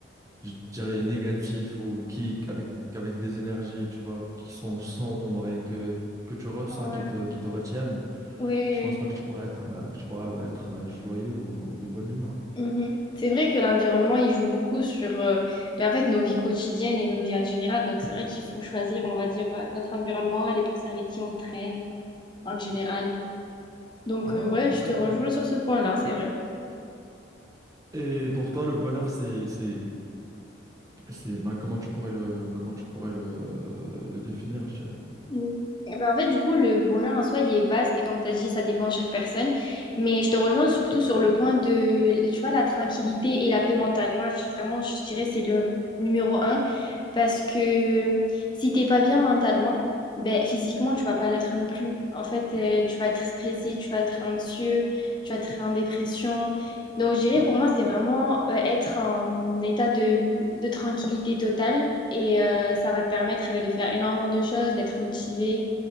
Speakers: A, on the right (about 15°); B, on the left (about 25°).
A: je dirais négatif ou qui avec avec des énergies, tu vois, qui sont sombres et que que tu ressens
B: ouais,
A: qui te qui te retiennent,
B: oui, oui,
A: je pense pas que tu pourrais être euh, que tu pourrais être euh, joyeux ou de bonne humeur.
B: oui. Mhm. C'est vrai que l'environnement, il joue beaucoup sur euh, ben, en fait, nos vies quotidiennes et nos vies en général. Donc, c'est vrai qu'il faut choisir, on va dire, euh, notre environnement et les personnes avec qui on traîne en général. Donc,
A: Ouais,
B: euh,
A: ouais,
B: ouais, je
A: exactement.
B: te rejoins sur ce point-là, c'est vrai.
A: Et pour toi, le bonheur, c'est c'est c'est bah, comment tu pourrais le comment tu pourrais le le définir, je dirais.
B: Mm. Eh ben, en fait, du coup, le bonheur en soi, il est vaste et comme tu as dit, ça dépend de chaque personne. Mais je te rejoins surtout sur le point de, tu vois, la tranquillité et la paix mentale. Moi, je- vraiment, je dirais, c'est le numéro un. Parce que si t'es pas bien mentalement, ben, physiquement, tu vas pas l'être non plus. En fait, euh, tu vas être stressé, tu vas être anxieux, tu vas être en dépression. Donc, je dirais, pour moi, c'est vraiment euh, être en état de, de tranquillité totale. Et euh, ça va te permettre ben, de faire énormément de choses, d'être motivé,